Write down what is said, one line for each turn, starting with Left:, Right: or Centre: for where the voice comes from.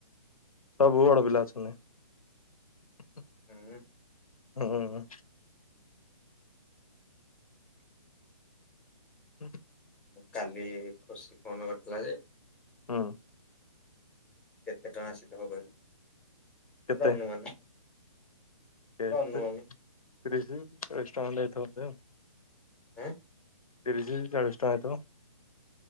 Left: ସବୁ ବଡ଼ ପିଲା ଅଛନ୍ତି।
Centre: ହୁଁ।
Left: ହୁଁ। <unintelligible>
Centre: କାଲି ଖୁସି ଫୋନ କରିଥିଲା ଯେ
Left: ହୁଁ।
Centre: କେତେ ଟଙ୍କା ଆସିଥିବ କହିଲୁ
Left: କେତେ
Centre: ସେଟା ଅନୁମାନ।
Left: <unintelligible>
Centre: ଗୋଟେ ଅନୁମାନ
Left: ବୋଧେ।
Centre: ଆଁ।
Left: ତିରିଶ ଚାଳିଶ ଟଙ୍କାତ